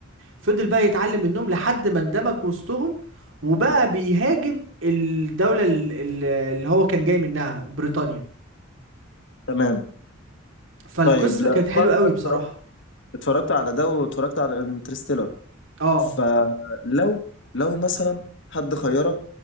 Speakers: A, on the right (about 70°); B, on the left (about 65°).
A: فضل بقى يتعلم منهم لحد ما اندمج وسطهم وبقى بيهاجم الدولة ال- ال- اللي هو كان جاي منها بريطانيا
B: تمام
A: فالقصة
B: طيب لا
A: كانت حلوة
B: طبعا انت
A: قوي
B: اتفرجت
A: بصراحة
B: اتفرجت على ده واتفرجت على انترستيلر
A: اه
B: فلو لو مثلا حد خيرك